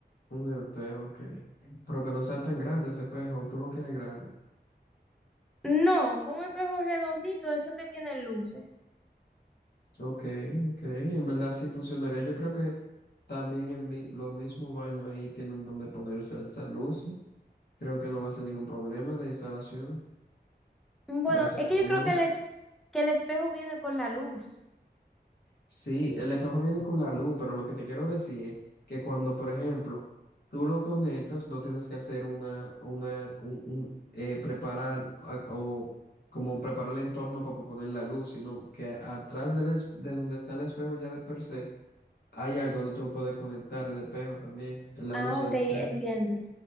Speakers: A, on the left; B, in the centre.
A: un espejo, ok. Pero que no sea tan grande ese espejo, tú lo quieres grande.
B: No, con un espejo redondito, eso que tiene luces.
A: Ok, ok, en verdad sí funcionaría. Yo creo que también el, mi- los mismos baños ahí tienen donde ponerse esas luces. Creo que no va a ser ningún problema de instalación,
B: Bueno,
A: va a ser
B: es
A: cómodo.
B: que yo creo que el, es- que el espejo viene con la luz.
A: Sí, el espejo viene con la luz, pero lo que te quiero decir es que cuando, por ejemplo, tú lo conectas, no tienes que hacer una, una, un, un, eh, preparar a- o como preparar el entorno para poner la luz, sino que atrás del es- de donde está el espejo ya de per se Hay algo, no te puedes conectar el espejo también, es la
B: Ah,
A: luz del
B: ok,
A: espejo.
B: entiendo.